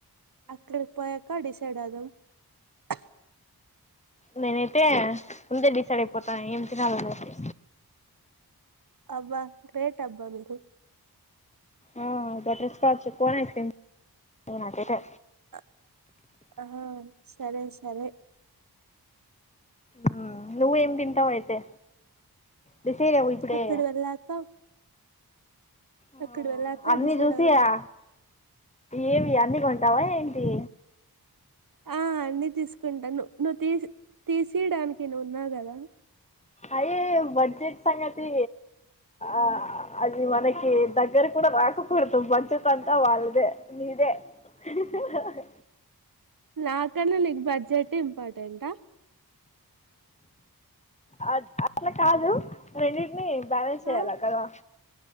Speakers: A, on the right (about 60°); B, on the left (about 20°).
A: అక్కడికి పోయాక డిసైడ్ఐదాం హ
B: నేనైతె ముందే డిసైడైపోతాను ఏం తినాలనేది
A: అబ్బా గ్రేటబ్బ మీరు
B: ఆ బటర్ స్కచ్ కోన్ ఐస్క్రీమ్ ఆ కోకో
A: హ ఆ సరే సరే
B: ఉ నువ్వేం తింటావైతే అయితే డిసైడ్ ఇప్పుడే
A: అక్కడ వెళ్ళాక
B: ఊ
A: అక్కడ వెళ్ళాక
B: అన్ని
A: డిసైడ్
B: చూసి
A: అవుదాం
B: ఆ ఏమి అన్ని కొ టామ ఏంటి?
A: ఆ అన్ని తీసుకుంట ను నువ్వు తీసి తీసి యడానికి నువు ఉన్నావుకదా?
B: అయ్యొయ బడ్జెట్ సంగతి అ అది మనకి దగ్గర కూడా రాకపోతు మంచ క అంతా వాళ్ళదే మీదే హిహ్హ్హ్
A: నాకన్నా నీకు బడ్జెట్ ఇంపార్టెంటా
B: అ అట్లా కాదు రెండింటినీ బ్యాలెన్సు చేయాలా
A: ఆ
B: కదా